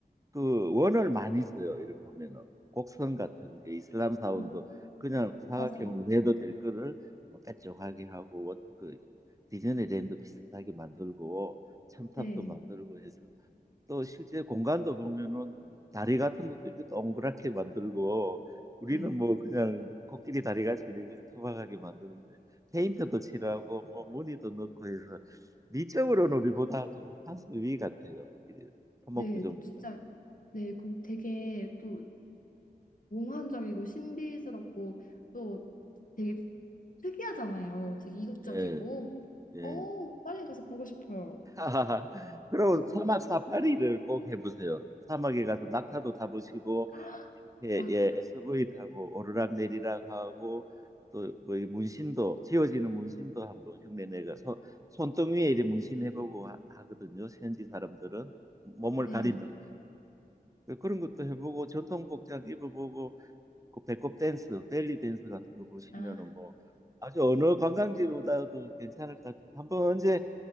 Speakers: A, on the right (about 20°); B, on the left (about 55°).
A: 그 원을 많이 써요. 이를 보면은 곡선 같은 게 이슬람 사원도
B: 어,
A: 그냥 사각형으로
B: 맞아요.
A: 내도 될 거를 뭐 빼쪽하게 하고 원- 그 디즈니랜드 비슷하게 만들고 첨탑도
B: 네.
A: 만들고 해서 또 실제 공간도 보면은 다리 같은 것도 이렇게 동그랗게 만들고 우리는
B: 네.
A: 뭐 그냥 코끼리 다리 같이 이렇게 투박하게 만드는데 페인트도 칠하고 뭐 무늬도 넣고 해서 미적으로는 우리보다 좀 한 수 위 같아요. 이 토목
B: 네,
A: 구조물들.
B: 진짜 네, 그 되게 또 몽환적이고 신비스럽고 또 되게 특이하잖아요. 되게 이국적이고.
A: 예, 예.
B: 어, 빨리 가서 보고 싶어요.
A: <laughs> 하하하. 그리고
B: 오,
A: 사막 사파리를 꼭 해보세요. 사막에 가서 낙타도 타보시고
B: 아,
A: 이렇게
B: 막타.
A: 예 SUV 타고 오르락 내리락 하고 또 뭐 문신도 지워지는 문신도 한번 흉내 내가 손 손등 위에 이렇게 문신 해보고 하, 하거든요. 현지 사람들은 몸을
B: 아, 네.
A: 가린다. 그런 것도 해보고 전통 복장 입어보고 그 배꼽 댄스, 벨리 댄스 같은 거 보시면은
B: 아,
A: 뭐 아주 어느 관광지보다도 괜찮을 것 같은데 한번 언제